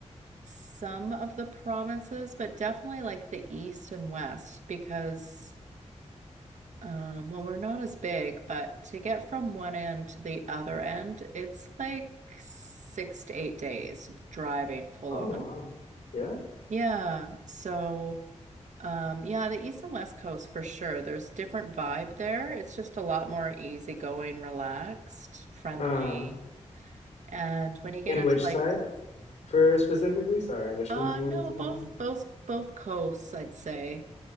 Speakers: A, on the right; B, on the left.
A: some of the provinces, but definitely like the east and west because um well, we're not as big, but to get from one end to the other end, it's like six to eight days driving full
B: Oh
A: on.
B: wow. Yeah.
A: Yeah. So Um, yeah, the East and West Coast for sure. There's different vibe there. It's just a lot more easygoing, relaxed, friendly.
B: Uh
A: And when you get
B: in
A: into
B: which
A: like,
B: side for specifically? Sorry, which
A: uh
B: one's the more
A: no,
B: easy
A: both
B: one?
A: both both coasts, I'd say,